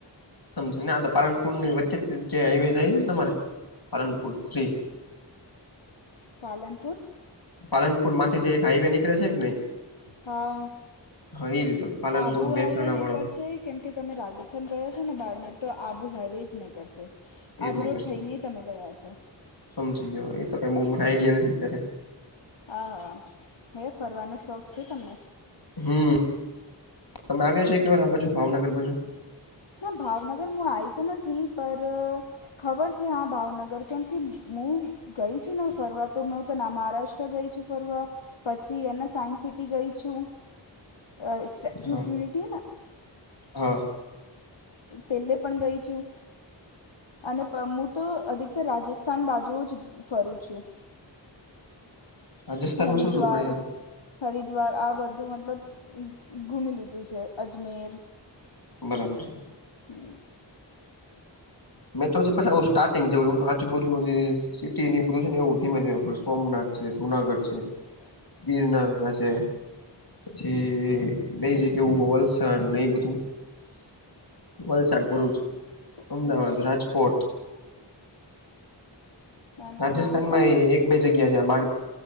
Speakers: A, on the left; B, on the left.
A: સમજી ના તો પાલનપુર ની વચ્ચે જે હાઈવે જાય છે ને તમારે પાલનપુર થ્રી
B: પાલનપુર
A: પાલનપુર માંથી જે એક હાઈવે નીકળે છે કે નય
B: હા
A: રીતે <unintelligible>
B: આબુ
A: મહેસાણા
B: હાઈવે નેકળશે
A: વાળો
B: કેમ કે તમે રાજસ્થાન ગયા છો ને બારમેર તો આબુ હાઈવે જ નીકળશે
A: એજ
B: આબુંરોટ
A: નીકળશે
B: થઈને તમે ગયા છો
A: સમજી ગયો એ તો કઈ બઉ
B: હ
A: મને આઈડિયા નથી અત્યારે
B: આ હે ફરવાનો શોખ છે તમને
A: હમ્મ તમે આવ્યા છો એક વાર આ બાજુ ભાવનગર બાજુ
B: ના ભાવનગર હું આય તો નથી પર ખબર છે હા ભાવનગર કેમ કે મુ ગઈ છું ને ફરવા તો મે હું ત ના મહારાષ્ટ્ર ગઈ છું ફરવા પછી એને સાયન્સ સિટી ગઈ છુંઅ સ્ટેચ્યુ
A: હા
B: ઓફ યુનિટી હે ના
A: હા
B: પેલે પણ ગઈ છું. અને પ હું તો અધિકતર રાજસ્થાન બાજુ જ ફરું છું.
A: રાજસ્થાનમાં
B: હરિદ્વાર
A: શું શું ફર્યા તા
B: હરિદ્વાર આ બધું મતલબ ઘૂમી લીધું છે અજમેર
A: બરાબર
B: હમ્મ
A: મેં તો બસ <unintelligible> સ્ટાર તો <unintelligible> આજુબાજુ જે સીટી બધું છે એવ ધીમે સોમનાથ છે જુનાગઢ છે
B: હ <inaudible>
A: ગીરનાર <unintelligible> છે. પછી બેઈ <unintelligible> જગ્યા વલસાડ એ બધું વલસાડ ભરૂચ
B: અચ્છ
A: અમદાવાદ
B: અચ્છા અચ્છા
A: <inaudible>
B: ના ના
A: રાજસ્થાન
B: હા સારું
A: માં એક બે જગ્યા